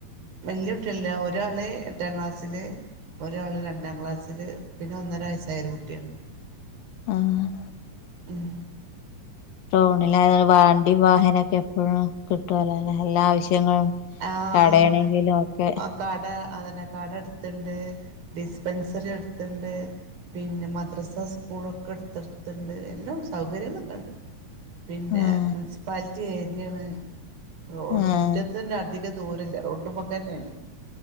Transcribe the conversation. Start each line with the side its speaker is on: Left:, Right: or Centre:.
Right: വല്യ കുട്ടിയല്ല ഒരാള് എട്ടാം ക്ലാസ്സില് ഒരാള് രണ്ടാം ക്ലാസ്സില് പിന്നെ ഒന്നര വയസ്സായരു കുട്ടിയാ
Left: ആഹ്
Right: ഉം
Left: ടൗണിലായത്‌ വണ്ടി വാഹന ഒക്കെ എപ്പോഴും കിട്ടുല്ലോ ല്ലേ എല്ലാ ആവശ്യങ്ങളും
Right: ആ
Left: കടയാണങ്കിലും ഒക്കെ
Right: കട അതന്നെ കട അടുത്ത്ണ്ട് ഡിസ്പെൻസറി അടുത്ത്ണ്ട് പിന്നെ മദ്രസ സ്കൂളൊക്കെ അടുത്തടുത്തുണ്ട് എല്ലാം സൗകര്യങ്ങളൊക്കെ ഇണ്ട് പിന്നെ
Left: ആഹ്
Right: മുനിസിപ്പാലി റ്റി ഏരിയേണ് റോഡു
Left: ആഹ്
Right: മു റ്റത്തിന്റെ അധികം ദൂരില്ല <unintelligible> തന്നേണ്.